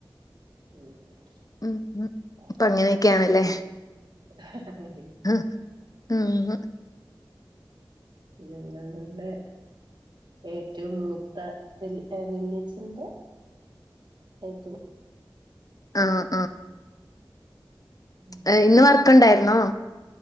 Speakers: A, on the right; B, on the left.
A: ഉം
B: ഉം ഉം
A: അങ്ങനെ
B: അപ്പൊ അങ്ങനെയൊക്കെയാണല്ലേ
A: ആഹ്
B: ഹ് ആഹാഹ്
A: ഞങ്ങൾടെ ഏറ്റോം മൂത്ത വല് ഏഹ് വല്ല്യച്ചന്റെ ഏറ്റവും
B: ആഹ്
A: ഉം
B: ഏഹ് ഇന്ന് വർക്കുണ്ടായിരുന്നോ?